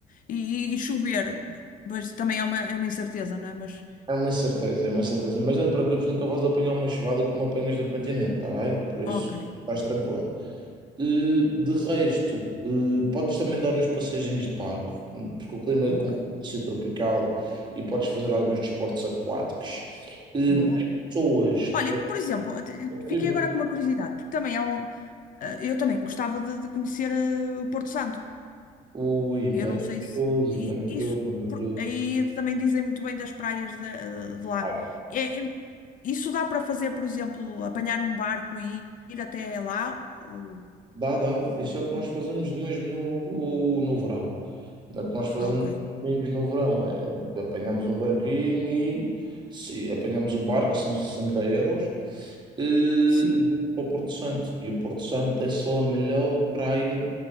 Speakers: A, on the left; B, on the right.
A: E, e- e chover, pois também é uma, é uma incerteza, não é? Mas,
B: É uma certeza, é uma certeza. Mas não te preocupes, nunca vais apanhar uma chuvada como apanhas do continente, tá bem? Por isso,
A: ok,
B: estás tranquilo. Eh, de resto, eh, podes também dar uns passeizinhos de barco, hum, porque o clima
A: ok.
B: é ser tropical e podes fazer alguns desportos aquáticos. Eh,
A: Boa.
B: as pessoas,
A: Olha, e, por exemplo, eu te-
B: incrível.
A: fiquei agora com uma curiosidade, porque também é um. eh, Eu também gostava de, de conhecer eh, o Porto Santo.
B: Ui, maravilhoso,
A: Eu não sei se. e-
B: maravilhoso,
A: Isso.
B: maravilhoso.
A: por- Aí também dizem muito bem das praias de, de lá.
B: Ah,
A: É- é- isso dá para fazer, por exemplo, apanhar um barco e ir até lá? Ou...
B: Dá, dá. Isso é o que nós fazemos mesmo no, no verão. É o que nós fazemos
A: Ok,
B: com amigos no verão, é apanhamos um barquinho e se apanhamos o barco, são 60 euros, e,
A: sim.
B: e vamos para o Porto Santo. E o Porto Santo é só a melhor praia